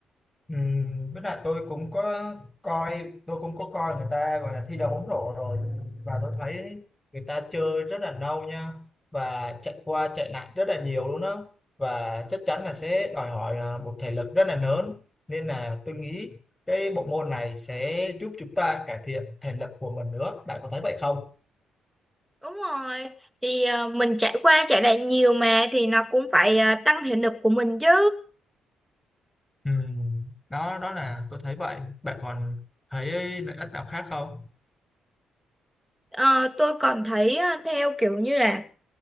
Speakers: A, on the left; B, in the centre.
A: Ừm, với lại tôi cũng có coi tôi cũng có coi người ta gọi là thi đấu bóng rổ rồi và tôi thấy người ta chơi rất là lâu nha và chạy qua chạy lại rất là nhiều luôn á và chắc chắn là sẽ đòi hỏi à, một thể lực rất là lớn nên là tôi nghĩ cái bộ môn này sẽ giúp chúng ta cải thiện thể lực của mình nữa bạn có thấy vậy không?
B: đúng rồi thì ờ, mình chạy qua chạy lại nhiều mà thì nó cũng phải ờ, tăng thể lực của mình chứ
A: Ừm, đó đó là tôi thấy vậy bạn còn thấy lợi ích nào khác không?
B: Ờ, tôi còn thấy ờ, theo kiểu như là